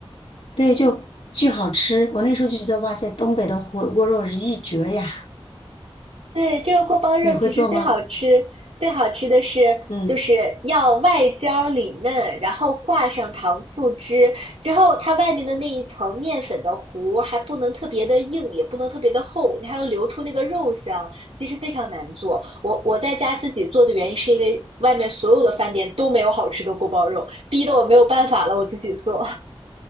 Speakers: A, on the left; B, on the right.
A: 对，就巨好吃。我那时候就觉得，哇塞，东北的火锅肉是一绝呀！
B: 对，这个锅包肉其实最好吃，
A: 你会做吗？
B: 最好吃的是就是要外焦里嫩，
A: 嗯。
B: 然后挂上糖醋汁，之后它外面的那一层面粉的糊还不能特别的硬，也不能特别的厚，你还要留出那个肉香，其实非常难做。我我在家自己做的原因是因为外面所有的饭店都没有好吃的锅包肉，逼得我没有办法了，我自己做。